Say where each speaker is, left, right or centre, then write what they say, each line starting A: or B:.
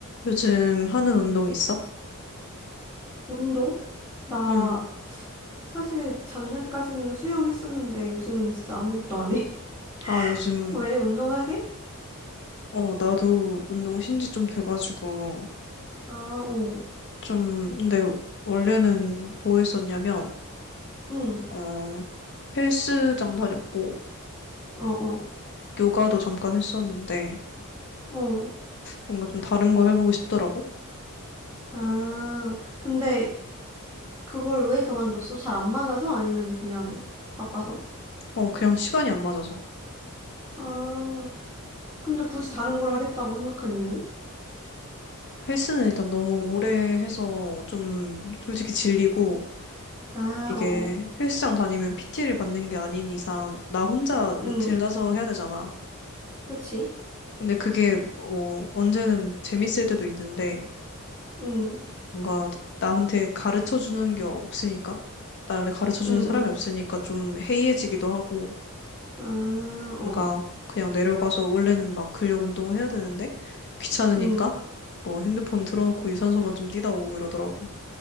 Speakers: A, on the left; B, on the left.
A: 요즘 하는 운동 있어?
B: 운동? 나
A: 응.
B: 사실 작년까지는 수영했었는데 요즘은 진짜 아무것도 안 해. <laughs>
A: 아, 요즘,
B: 왜 운동하게?
A: 어, 나도 운동 신지 좀 돼가지고,
B: 아, 어.
A: 좀, 근데 원래는 뭐 했었냐면,
B: 응.
A: 어, 헬스장 다녔고,
B: 어, 어.
A: 요가도 잠깐 했었는데,
B: 어.
A: 뭔가 좀 다른 거 해보고 싶더라고?
B: 아, 근데 그걸 왜 그만뒀어? 잘 안 맞아서 아니면 그냥 바빠서?
A: 어, 그냥 시간이 안 맞아서.
B: 아, 근데 굳이 다른 걸 하겠다고 생각한 이유는?
A: 헬스는 일단 너무 오래 해서 좀 솔직히 질리고,
B: 아,
A: 이게
B: 어, 어.
A: 헬스장 다니면 PT를 받는 게 아닌 이상, 나 혼자
B: 응.
A: 루틴을 짜서 해야 되잖아.
B: 그치?
A: 근데 그게 어, 언제는 재밌을 때도 있는데
B: 응.
A: 뭔가 나한테 가르쳐 주는 게 없으니까 나를 가르쳐 주는
B: 응,
A: 사람이 없으니까 좀 해이해지기도 하고
B: 응. 아,
A: 뭔가
B: 어.
A: 그냥 내려가서 원래는 막 근력 운동을 해야 되는데 귀찮으니까
B: 응.
A: 뭐 핸드폰 틀어놓고 유산소만 좀 뛰다 오고 이러더라고.